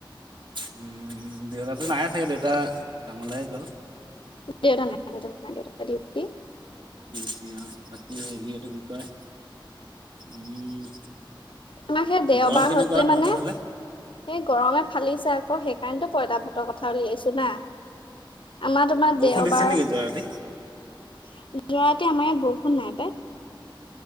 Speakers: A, on the right (about 60°); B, on the left (about 75°).
A: উম দেউতাটো নাই চাগে দেউতা। কামলে গল।
B: দেউতা নাই দেউতা নাই দেউতা নাই ডিউটি।
A: ডিউটি অ বাকী হেৰি এটো কি কয় উম।
B: আমাৰ সেই দেওবাৰ
A: গৰম কেনেকুৱা
B: হলে
A: তোমালোকে
B: মানে
A: ফালে।
B: এই গৰমে ফালিছে আকৌ সেইকাৰণেত পইতা ভাতৰ কথা উলিয়াইছো না। আমাৰ তোমাৰ
A: বৰষুণ
B: দেওবাৰ
A: দিছিল নেকি
B: এতিয়াতে
A: যোৱা ৰাতি?
B: আমাৰ ইয়াত বৰষুণ নাই পায়।